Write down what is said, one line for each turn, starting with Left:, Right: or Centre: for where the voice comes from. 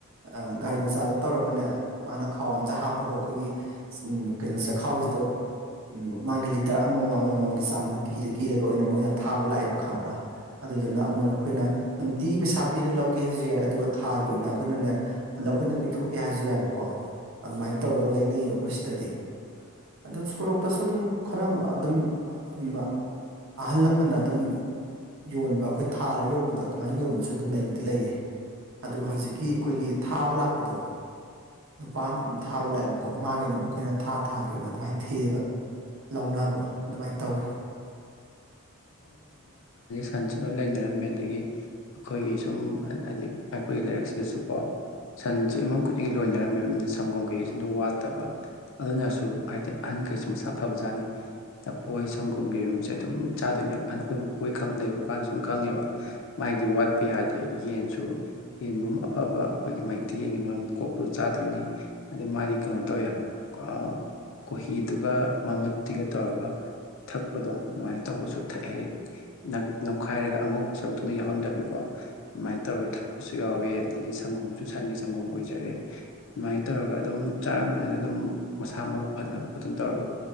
Right: ꯑꯥ ꯒꯥꯔꯤ ꯃꯆꯥꯗ ꯇꯧꯔꯒꯅꯦ ꯃꯥꯅ ꯈꯥꯎ ꯑꯝꯗ ꯍꯥꯞꯄꯒ ꯈꯣꯏꯒꯤ ꯎꯝ ꯀꯅꯣ ꯆꯦꯈꯥꯎꯖꯤꯗ ꯎꯝ ꯃꯥꯒꯤ ꯂꯤꯇꯔ ꯑꯃꯃꯝ ꯑꯃꯃꯝꯒꯤ ꯆꯥꯡꯖꯦ ꯀꯤꯔ ꯀꯤꯔꯒ ꯑꯣꯏꯅ ꯃꯣꯏꯅ ꯊꯥꯕ ꯂꯥꯛꯑꯦꯕ ꯈꯝꯕ꯭ꯔꯥ ꯑꯗꯨꯗꯨꯅ ꯑꯃꯨ ꯑꯩꯈꯣꯏꯅ ꯅꯨꯡꯇꯤꯒꯤ ꯄꯩꯁꯥ ꯄꯤꯔ ꯂꯧꯒꯦ ꯍꯥꯏꯖꯨ ꯌꯥꯏ ꯑꯗꯨꯒ ꯊꯥꯒꯤ ꯑꯣꯏꯅ ꯈꯣꯏꯅꯅꯦ ꯄꯨꯂꯞ ꯑꯣꯏꯅ ꯄꯤ ꯊꯣꯛꯀꯦ ꯍꯥꯏꯖꯨ ꯌꯥꯏꯕꯀꯣ ꯑꯗꯨꯃꯥꯏ ꯇꯧꯔꯒ ꯂꯩꯅꯩꯌꯦꯕꯀꯣ ꯈꯣꯏ ꯁꯤꯗꯗꯤ ꯑꯗꯨ ꯁꯣꯔꯣꯛꯇꯁꯨ ꯑꯗꯨꯝ ꯈꯔ ꯑꯗꯨꯝ ꯑꯃ ꯑꯍꯜ ꯂꯃꯟꯅ ꯑꯗꯨꯝ ꯌꯣꯟꯕ ꯈꯣꯏ ꯊꯥꯔ ꯌꯣꯟꯕꯗꯣ ꯑꯗꯨꯃꯥꯏꯟ ꯌꯣꯟꯕꯖꯨ ꯑꯗꯨꯝ ꯂꯩꯕꯨꯗꯤ ꯂꯩꯌꯦ ꯑꯗꯨꯒ ꯍꯖꯤꯛꯀꯤ ꯈꯣꯏꯒꯤ ꯊꯥꯕ ꯂꯥꯛꯄꯗꯣ ꯅꯨꯄꯥ ꯑꯝꯅ ꯑꯗꯨꯝ ꯊꯥꯕ ꯂꯥꯛꯑꯦꯕꯀꯣ ꯃꯥꯒꯤꯅ ꯑꯃꯨꯛ ꯑꯩꯈꯣꯏꯅ ꯊꯥ ꯊꯥꯒꯤ ꯑꯣꯏꯅ ꯑꯗꯨꯃꯥꯏꯅ ꯊꯤꯔꯒ ꯂꯧꯅꯕ ꯑꯗꯨꯃꯥꯏ ꯇꯧꯔꯦ
Left: ꯁꯟꯁꯨ ꯂꯣꯏ ꯂꯩꯅꯔꯝꯃꯦ ꯑꯗꯒꯤ ꯑꯈꯣꯏꯒꯤ ꯁꯨꯝ ꯍꯥꯏꯗꯤ ꯑꯩꯈꯣꯏꯒꯤ ꯂꯩꯔꯛꯁꯤꯗꯁꯨꯀꯣ ꯁꯟꯖꯦ ꯏꯃꯨꯡ ꯈꯨꯗꯤꯡꯒꯤ ꯂꯣꯏꯅꯔꯝꯃꯦꯕ ꯑꯗꯨꯅ ꯁꯪꯒꯣꯝ ꯀꯩꯀꯩꯖꯨ ꯑꯗꯨꯝ ꯋꯥꯠꯇꯕ ꯑꯗꯨꯅꯁꯨ ꯍꯥꯏꯗꯤ ꯑꯥꯍꯟꯈꯩꯁꯦ ꯃꯁꯥ ꯐꯕꯖꯥꯠꯅꯤ ꯂꯐꯣꯏ ꯁꯪꯒꯣꯝ ꯌꯦꯔꯨꯝꯁꯦ ꯑꯗꯨꯝ ꯆꯥꯗꯣꯏꯅꯦꯕ <unintelligible> ꯑꯥꯈꯣꯏ ꯄꯨꯄꯨ ꯍꯣꯏ ꯈ ꯂꯩꯕꯀꯥꯟꯗ ꯁꯨꯝ ꯈꯪꯉꯦꯕꯥ ꯃꯥꯏꯗꯤ ꯋꯥꯠꯄ ꯌꯥꯗꯦ ꯌꯦꯟꯁꯨ ꯌꯦꯟ ꯃꯔꯨꯝ ꯑꯐꯕ ꯑꯥꯈꯣꯏꯒꯤ ꯃꯩꯇꯩ ꯌꯦꯟꯒꯤ ꯃꯔꯨꯝ ꯀꯣꯛꯄ ꯆꯥꯗꯣꯏꯅꯤ ꯑꯗꯩ ꯃꯥꯗꯤ ꯀꯩꯅꯣ ꯇꯧꯋꯦ ꯍꯥꯏꯕ ꯑꯥ ꯀꯣꯍꯤꯗꯨꯒ ꯃꯃꯨꯠꯇꯤꯒ ꯇꯧꯔꯒ ꯊꯛꯄꯗꯣ ꯑꯗꯨꯃꯥꯏ ꯇꯧꯕꯁꯨ ꯊꯛꯑꯦ ꯍꯥꯏꯗꯤ ꯅꯞ ꯅꯝꯈꯥꯏꯔꯒ ꯑꯥꯉꯧꯕ ꯁꯔꯨꯛꯇꯨꯅ ꯌꯥꯎꯍꯟꯗꯕꯤꯀꯣ ꯑꯗꯨꯃꯥꯏꯅ ꯇꯧꯔ ꯊ ꯄꯁꯨꯨ ꯌꯥꯎꯋꯦ ꯑꯗꯒꯤ ꯁꯪꯒꯣꯝꯁꯨ ꯁꯟꯒꯤ ꯁꯪꯒꯣꯝ ꯑꯣꯏꯖꯔꯦ ꯑꯗꯨꯃꯥꯏ ꯇꯧꯔꯒ ꯑꯗꯨꯝ ꯆꯥꯔꯝꯕꯅꯤꯅ ꯑꯗꯨꯝ ꯃꯁꯥ ꯃꯎ ꯐꯗꯅ ꯈꯣꯠꯇꯅ ꯇꯧꯔꯒ